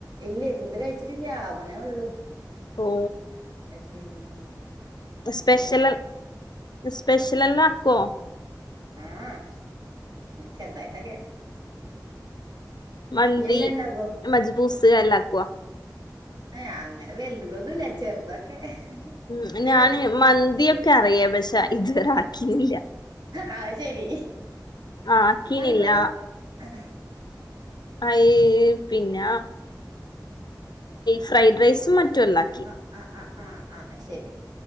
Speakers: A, on the right (about 65°); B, on the left (about 70°).
A: ഇല്ലേ ഫുഡ് കഴിച്ചിട്ടില്ല ആവനേ ഉള്ളു
B: ഓ
A: <unintelligible>
B: സ്പെഷ്യൽ സ്പെഷ്യൽ എല്ലാം ആക്കോ
A: ആഹ് ചെർതായിട്ടോക്കെ
B: മന്തി,
A: ഇയ്യെല്ലാം ഇണ്ടാക്കോ
B: മജ്ബൂസ് എല്ലാക്കോ
A: ഏ അങ്ങനെ വലുതുകൊന്നുല്ല ചെറുതൊക്കെ
B: ഉ
A: ഈ
B: ഞാന്
A: വൽ
B: മന്തിയൊക്കെ അറിയ പക്ഷെഇതുവരെ ആക്കീല്ല.
A: ആ അത് ശരി
B: ആകീണില്ല
A: അതെന്താ <inaudible>
B: ആയ് പിന്നെ ഫ്രൈഡ് റൈസും മറ്റുഅല്ലേ
A: ആ ആ ആ ആ അയ് ശരി